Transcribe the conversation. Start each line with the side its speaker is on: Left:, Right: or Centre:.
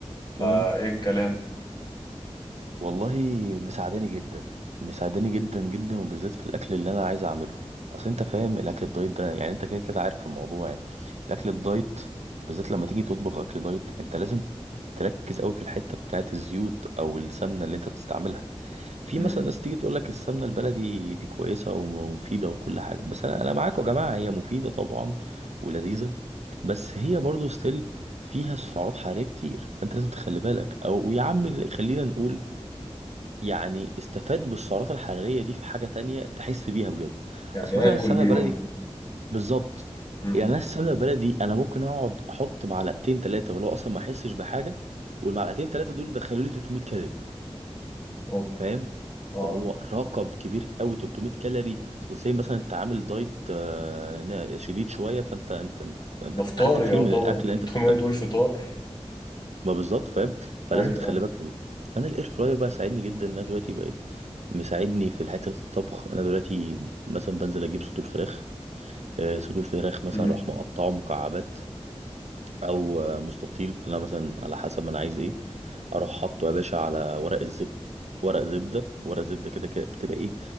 Left: فايه
Right: امم
Left: الكلام
Right: والله مساعداني جدا مساعداني جدا جدا وبالذات في الاكل اللي انا عايز اعمله اصل انت فاهم الاكل الدايت ده يعني انت كده كده عارف الموضوع يعني الاكل الدايت بالذات لما تيجي تطبخ اكل دايت انت لازم تركز قوي في الحته بتاعت الزيوت او السمنه اللي انت بتستعملها في
Left: مم.
Right: مثلا ناس تيجي تقول لك السمنه البلدي دي كويسه ومفيده وكل حاجه بس انا انا معاكم يا جماعه هي مفيده طبعا ولذيذه بس هي برضو ستيل فيها سعرات حراريه كتير فانت لازم تخلي بالك او يا عم خلينا نقول يعني استفاد بالسعرات الحراريه دي في حاجه تانية تحس بيها بجد
Left: يعني
Right: اصل مثلا
Left: اكل
Right: السمنه
Left: بيهم
Right: البلدي بالظبط
Left: مم.
Right: يعني انا السمنه البلدي انا ممكن اقعد احط معلقتين ثلاثه ولو اصلا ما احسش بحاجه والمعلقتين ثلاثه دول دخلوا لي 300 كالوري
Left: أوه.
Right: فاهم
Left: اه
Right: فهو رقم كبير قوي 300 كالوري وزي مثلا انت عامل دايت آه، نا- شديد شويه فانت انت انت, انت
Left: ده فطار
Right: خدت كتير
Left: يعتبر
Right: من الاكل اللي
Left: 300
Right: انت المفروض تاكله
Left: دول فطار
Right: ما بالظبط فاهم فلازم
Left: ايوه
Right: تخلي بالك في دي فانا الاير فراير بقى ساعدني جدا ان انا دلوقتي بقيت مساعدني في حته الطبخ انا دلوقتي مثلا بنزل اجيب صدور فراخ آه، صدور فراخ مثلا
Left: امم
Right: اروح مقطعه مكعبات او آه، مستطيل انا مثلا على حسب ما انا عايز ايه اروح حاطه يا باشا على ورق الزبده ورق زبده ورق زبده كده كده بتبقى ايه